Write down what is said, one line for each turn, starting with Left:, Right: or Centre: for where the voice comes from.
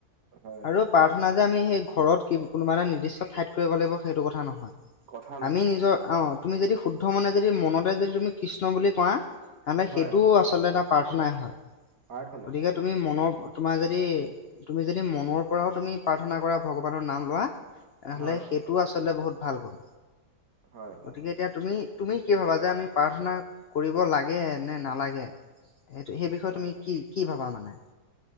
Right: হয়
Left: আৰু প্ৰাৰ্থনা, যে আমি সেই ঘৰত কোনোবা এটা নিৰ্দিষ্ট ঠাই কৰিব লাগিব সেইটো কথা নহয়।
Right: কথা নহয়
Left: আমি নিজৰ অ তুমি যদি শুদ্ধ মনে যদি মনতে যদি তুমি কৃষ্ণ, বুলি কোৱা। তেহ'লে
Right: হয়
Left: সেইটোও
Right: হয়
Left: আচলতে এটা প্ৰাৰ্থনাই হয়।
Right: প্ৰাৰ্থনা
Left: গতিকে তুমি
Right: হয়
Left: মনৰ তোমাৰ যদি তুমি যদি মনৰ পৰাও তুমি প্ৰাৰ্থনা কৰা। ভগৱানৰ নাম লোৱা তেনেহ'লে
Right: হয়
Left: এইটো আচলতে বহুত ভাল গুণ
Right: হয় হয়
Left: গতিকে এতিয়া তুমি তুমি কি ভাবা যে আমি প্ৰাৰ্থনা, কৰিব লাগে নে নালাগে। সেইটো, সেই বিষয়ে
Right: হয়
Left: তুমি কি, কি ভাবা মানে?